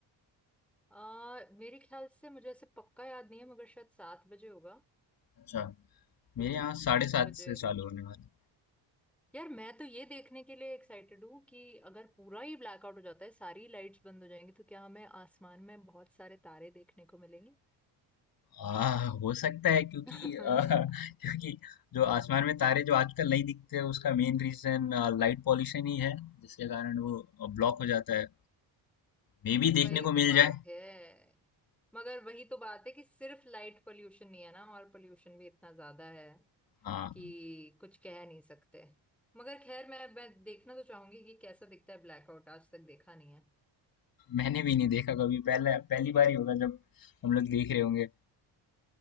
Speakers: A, in the centre; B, on the left.
A: आ, मेरे ख्याल से मुझे ऐसे पक्का याद नहीं है मगर शायद सात बजे होगा
B: अच्छा
A: तो
B: मेरे यहाँ साढ़े
A: सात
B: सात
A: बजे
B: से चालू होने वाला है।
A: यार मैं तो ये देखने के लिए एक्साइटेड हूँ कि अगर पूरा ही ब्लैकआउट हो जाता है सारी लाइट्स बंद हो जाएंगी तो क्या हमें आसमान में बहुत सारे तारे देखने को मिलेंगे
B: आ, हो सकता है क्योंकि
A: <laughs>
B: आ, <laughs> क्योंकि जो आसमान में तारे जो आजकल नहीं दिखते उसका मेन रीजन लाइट पॉल्यूशन ही है जिसके कारण वो ब्लॉक हो जाता है मे भी देखने
A: वही
B: को
A: तो
B: मिल
A: बात
B: जाए
A: है मगर वही तो बात है कि सिर्फ लाइट पोल्यूशन नहीं है ना और पोल्यूशन भी इतना ज्यादा है
B: हाँ
A: कि कुछ कह नहीं सकते मगर खैर मैं मैं देखना तो चाहूंगी कि कैसा दिखता है ब्लैकआउट आज तक देखा नहीं है
B: मैंने भी नहीं देखा कभी पहले पहली बार ही होगा जब हम लोग देख रहे होंगे